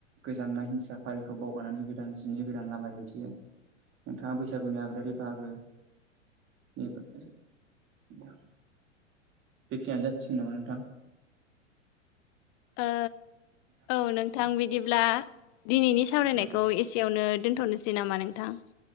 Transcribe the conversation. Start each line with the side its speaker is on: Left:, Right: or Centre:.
Right: गोजामनाय हिंसा फारिखौ बावगनानै गोदान जिनि गोदान लामा दिन्थियो नोंथांङा बैसागुनि आबादारि बाहागो <unintelligible> बेखिनियानो जाथसिगोन नामा नोंथां ।
Left: ओ औ नोंथां बिदिब्ला दिनैनि सावरायनायखौ
Right: औ
Left: एसेयावनो दोन्थ'नोसै नामा नोंथां।